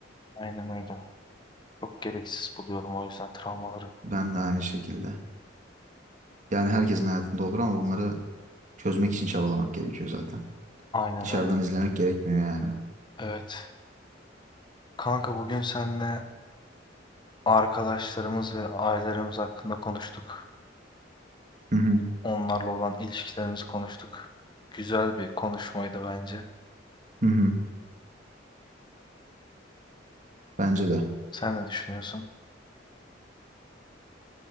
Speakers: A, on the left; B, on the right.
A: Aynen öyle. Çok gereksiz buluyorum o yüzden travmaları.
B: Ben de aynı şekilde. Yani herkesin hayatında olur ama bunları çözmek için çabalamak gerekiyor zaten.
A: Aynen
B: Dışarıdan
A: öyle.
B: izlemek gerekmiyor yani.
A: Evet. Kanka bugün seninle arkadaşlarımız ve ailelerimiz hakkında konuştuk.
B: Hı hı.
A: Onlarla olan ilişkilerimizi konuştuk. Güzel bir konuşmaydı bence.
B: Hı hı. Bence de.
A: Sen ne düşünüyorsun?